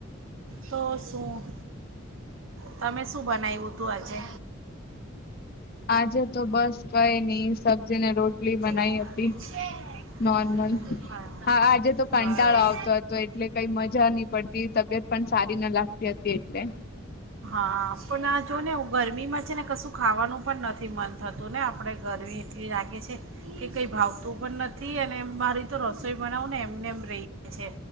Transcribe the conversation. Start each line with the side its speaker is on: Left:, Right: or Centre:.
Right: તો શું તમે શું બનાયું તું આજે?
Left: આજે તો બસ કઈ નહી. સબ્જી ને રોટલી બનાવી
Right: હા
Left: હતી
Right: બસ
Left: નોર્મલ. હા આજે તો કંટાળો આવતો હતો એટલે કઈ મજા નહી પડતી, તબિયત પણ સારી ના લાગતી હતી એટલે.
Right: હા પણ આ જો ને ગરમીમાં છે ને કશું ખાવાનું પણ નથી મન થતું ને આપણે ગરમી એટલી લાગે છે કે કંઈ ભાવતું પણ નથી અને મારી તો રસોઈ બનાવું ને એમને એમ રહીએ છે.